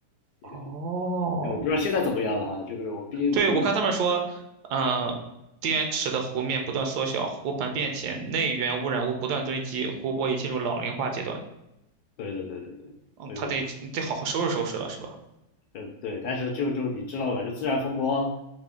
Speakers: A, on the left; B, on the right.
A: 那个就
B: 哦，
A: 不知道现在怎么样了哈，就是我毕竟五六年，
B: 对，我看他们说，嗯，滇池的湖面不断缩小，湖盆变浅，内源污染物不断堆积，湖泊已进入老龄化阶段。
A: 对对对对对，
B: 嗯，
A: 所以我不
B: 他得你得好好收拾收拾了，是吧？
A: 呃对，但是就就你知道吧，就自然风光